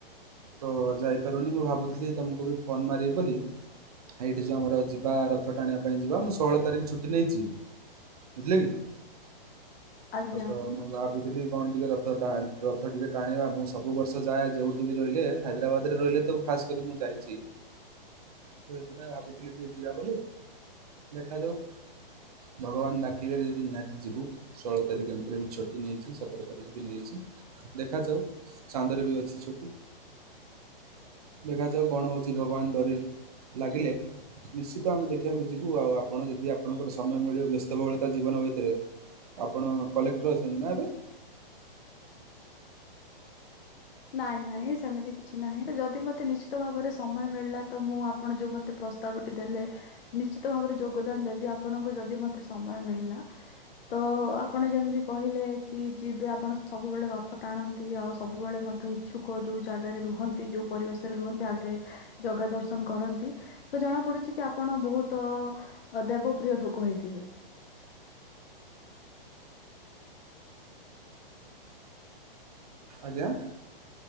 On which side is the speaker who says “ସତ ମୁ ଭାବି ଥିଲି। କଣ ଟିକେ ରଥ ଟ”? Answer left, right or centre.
Right